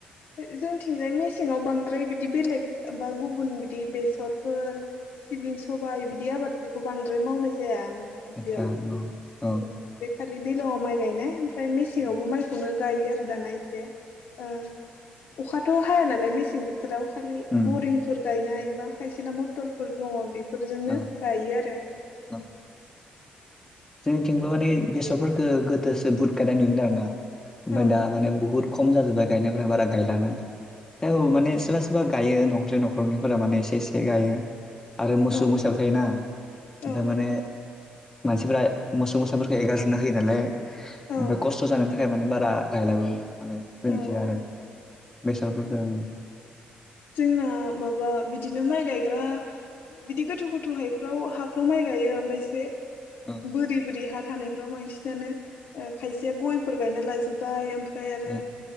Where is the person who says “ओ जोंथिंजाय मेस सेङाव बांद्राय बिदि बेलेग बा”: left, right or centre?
Left